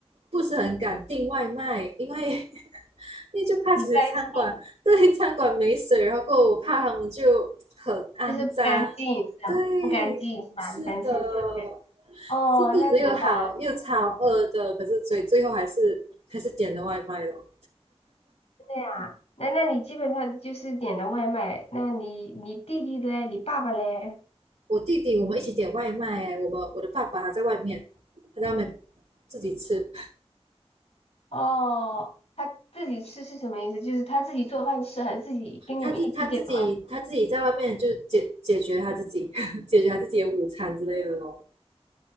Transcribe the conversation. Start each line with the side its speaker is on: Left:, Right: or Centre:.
Right: 不是很敢订外卖，因为 <laughs> 因为就怕其实餐馆对餐馆没水，
Left: 你担心
Right: 然后过我怕他们就很肮脏，
Left: 就是不干净是吧？
Right: 对，
Left: 不干净是吧？
Right: 是的，
Left: 你担心吃的不干净。哦，
Right: 可是肚子又好又超饿的，
Left: 那怎么办？
Right: 可是所以最后还是还是点了外卖了。
Left: 对呀，那那你基本上就是点的外卖，那你你弟弟嘞，你爸爸嘞？
Right: 我弟弟我们一起点外卖，我们我的爸爸还在外面，他在外面自己吃，
Left: 哦，他自己吃是什么意思？就是他自己做饭吃，还是自己跟你们一起点的外卖？
Right: 他自他自己他自己在外面就解解决他自己 <laughs> 解决他自己的午餐之类的咯。